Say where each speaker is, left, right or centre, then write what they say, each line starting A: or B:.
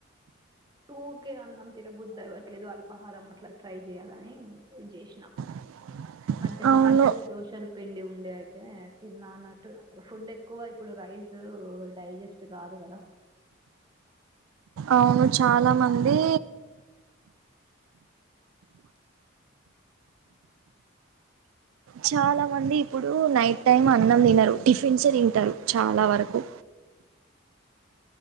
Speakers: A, on the right; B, on the right.
A: టూకే అన్నం తినబుద్దు అవ్వట్లేదు అల్పాహారం అట్లా ట్రై చేయాలని ఇది చేసినా.
B: <inaudible>
A: అంటే
B: అవును
A: మార్నింగ్ దోశల పిండి ఉండే అయితే తిన్న అన్నట్టు. ఫుడ్ ఎక్కువ ఇప్పుడు రైస్ డైజెస్ట్ కాదు. కదా
B: అవును చాలా మంది చాలా మంది ఇప్పుడు నైట్ టైం అన్నం తినరు టిఫిన్స్ తింటారు చాలా వరకు